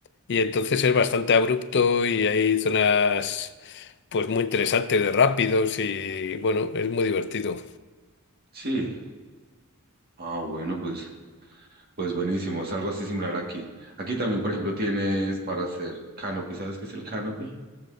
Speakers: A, on the left; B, on the right.
A: y entonces es bastante abrupto y hay zonas pues muy interesantes de rápidos y bueno, es muy divertido,
B: Sí. Ah, bueno, pues, pues buenísimo. Es algo así similar aquí. Aquí también, por ejemplo, tienes para hacer canopy. ¿Sabes qué es el canopy?